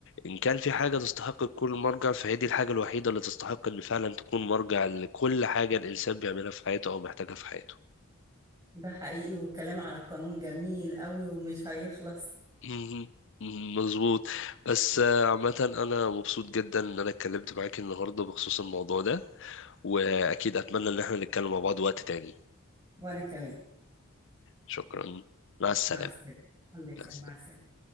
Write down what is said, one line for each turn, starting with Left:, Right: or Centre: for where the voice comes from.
Left: إن كان في حاجة تستحق تكون مرجع فهي دي الحاجة الوحيدة اللي تستحق إن فعلا تكون مرجع لكل حاجة الإنسان بيعملها في حياته أو بيحتاجها في حياته
Right: ده حقيقي والكلام على القانون جميل قوي ومش هيخلص
Left: مهم. مظبوط بس آه، عامة أنا مبسوط جدا إن أنا اتكلمت معاك النهاردة بخصوص الموضوع ده وأكيد أتمنى إن احنا نتكلم مع بعض وقت تاني
Right: وأنا كمان
Left: شكرا مع السلامة
Right: مع السلامة الله يسلمك
Left: بس
Right: مع السلامة